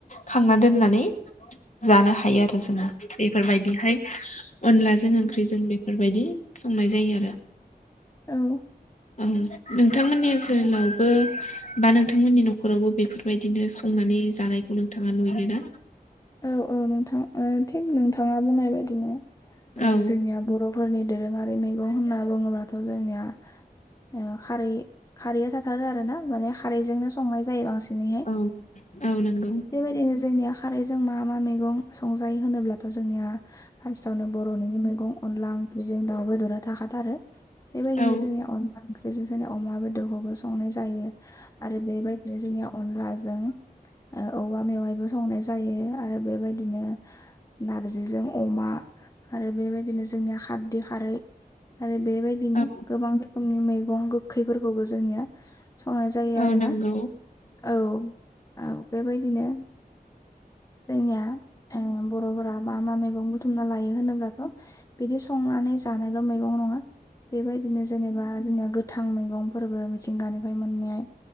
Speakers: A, on the left; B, on the left.
A: खांना दोननानै जानो हायो आरो जोंङो बेफोरबायदिहाय अनलाजों ओंख्रिजों बेफोरबायदि संनाय जायो आरो
B: औ
A: ओं नोंथांमोननि ओनसोलावबो बा नोंथांमोननि न'खरावबो बेफोरबायदिनो संनानै जानायखौ नोंथाङा नु योना
B: औ औ नोंथां ओ‌ थिग नोंथाङा बुंनाय बायदिनो ओ
A: औ
B: जोंनिया बर' फोरनि दोरोङारि मैगं होनना बुङोब्लाथ' जोंनिया ओ खारै खारैया जाथारो आरो ना माने खारैजोंनो संनाय जायो बांसिनैहाय
A: औ औ नंगौ
B: बेबायदिनो जोंनिया खारैजों जों मा मा मैगं संजायो होनोब्लाथ' जोंनिया फार्स्टआवनो बर'निनो मैगं अनला ओंख्रि जों दाउ बेदरा थाखाथारो बेबायदिनो
A: औ
B: जोंनि अनला ओंख्रि ओख्रिजों जोंनि अमा बेदरखौबो संनाय जायो आरो बेबायदिनो जोंनि अनलाजों ओ औवा मेवायबो संनाय जायो आरो बेबायदिनो नारजिजों अमा आरो बेबायदिनो जोंनिया खारदि खारै आरो बेबायदिनो
A: औ
B: गोबां रोखोमनि मैगं गोखैफोरखौबो जोंनिया संनाय जायो आरोना
A: औ नंगौ
B: औ औ बेबायदिनो जोंनिया ओ बर'फोरा मा मा मैगं बुथुमना लायो होनोब्लाथ' बिदि संना नै जानायल' मैगं नङा बेबायदिनो जेनबा बिदिनो गोथां मैगंफोरबो मिथिंगानिफ्राय मोननाय